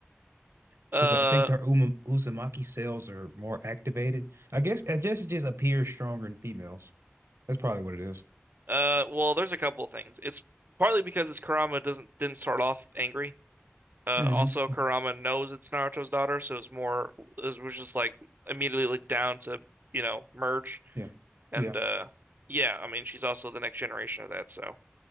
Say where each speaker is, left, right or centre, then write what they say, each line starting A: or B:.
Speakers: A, on the right; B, on the right.
A: Uh,
B: Because I think their Uma, Uzumaki cells are more activated. I guess I guess it just appears stronger in females. That's probably what it is.
A: uh, well, there's a couple of things. It's partly because it's Kurama doesn't didn't start off angry. Uh,
B: Mm-hmm.
A: also Kurama knows it's Naruto's daughter, so it's more it was just like immediately looked down to, you know, merge.
B: Yeah.
A: And
B: Yeah.
A: uh, yeah, I mean, she's also the next generation of that, so